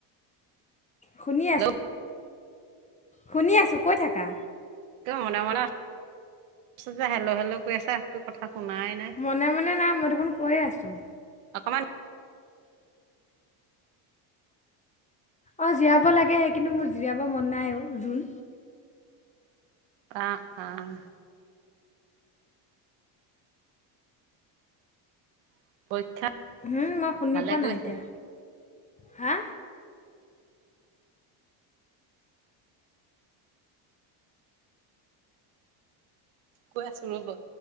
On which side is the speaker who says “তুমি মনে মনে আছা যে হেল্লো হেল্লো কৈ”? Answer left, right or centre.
Right